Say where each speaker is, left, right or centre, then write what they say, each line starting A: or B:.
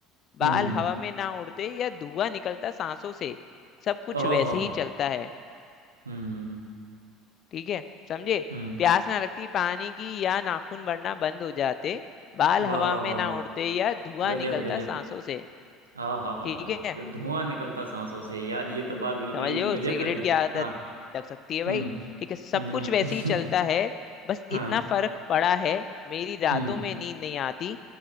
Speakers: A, on the left; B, on the right.
A: बाल
B: हम्म
A: हवा में ना उड़ते या धुआं निकलता सांसों से सब कुछ
B: ओहो
A: वैसे ही
B: हो
A: चलता है
B: हम्म हम्म।
A: ठीक है समझे
B: हम्म
A: प्यास ना लगती पानी की या नाखून बढ़ना बंद हो जाते बाल
B: वाह
A: हवा
B: वाह
A: में
B: वाह
A: ना
B: वाह
A: उड़ते या धुआं
B: गजब
A: निकलता
B: गजब
A: सांसों से
B: आ हा हा
A: ठीक है
B: धुआं निकलता सांसों से यार ये तो बात बिल्कुल
A: समझ
B: ही
A: रहे हो
B: गजब
A: सिगरेट
B: कर दी
A: की आदत
B: हाँ
A: लग सकती है भाई
B: हम्म
A: ठीक है सब
B: हम्म
A: कुछ वैसे ही चलता है
B: <laughs>
A: बस
B: हाँ
A: इतना फर्क पड़ा है मेरी रातों
B: हम्म
A: में नींद नहीं आती